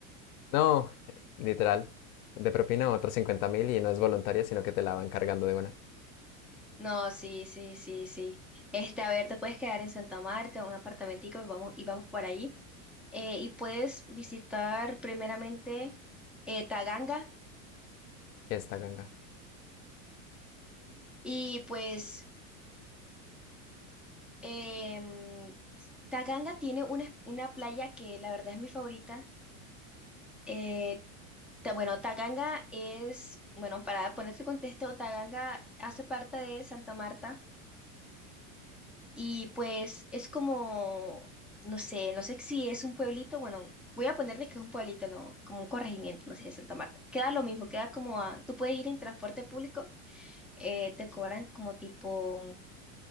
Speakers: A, on the left; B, in the centre.
A: No, literal. De propina otros 50.000 y no es voluntaria, sino que te la van cargando de una.
B: No, sí, sí, sí, sí. Este, a ver, te puedes quedar en Santa Marta, en un apartamentico, vamos, y vamos por ahí. Eh, y puedes visitar primeramente eh, Taganga.
A: Esta ganga.
B: Y pues, em, Taganga tiene una, una playa que la verdad es mi favorita Eh, ta- bueno, Taganga es, bueno, para ponerte en contexto, Taganga hace parte de Santa Marta y pues es como, no sé, no sé si es un pueblito, bueno, voy a ponerle que es un pueblito, no, como un corregimiento, no sé, de Santa Marta. Queda lo mismo, queda como a, tú puedes ir en transporte público, eh, te cobran como tipo,